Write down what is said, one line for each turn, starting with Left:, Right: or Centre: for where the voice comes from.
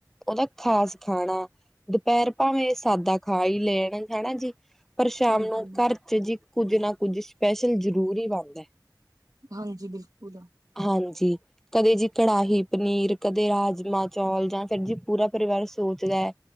Centre: ਉਹਦਾ ਖ਼ਾਸ ਖਾਣਾ ਦੁਪਹਿਰ ਭਾਵੇਂ ਸਾਦਾ ਖਾ ਹੀ ਲੈਣ ਹੈਣਾ ਜੀ, ਪਰ ਸ਼ਾਮ
Right: ਹਾਂਜੀ
Centre: ਨੂੰ ਘਰ ਚ ਜੀ ਕੁੱਝ ਨਾ ਕੁੱਝ ਸਪੈਸ਼ਲ ਜ਼ਰੂਰੀ ਹੀ ਬਣਦਾ
Right: ਹਾਂਜੀ ਬਿਲਕੁਲ ਆ
Centre: ਹਾਂਜੀ ਕਦੇ ਜੀ ਕੜਾਹੀ ਪਨੀਰ ਕਦੇ ਰਾਜਮਾਂ ਚੌਲ, ਜਾਂ ਫਿਰ ਜੀ ਪੂਰਾ ਪਰਿਵਾਰ ਸੋਚਦਾ ਹੈ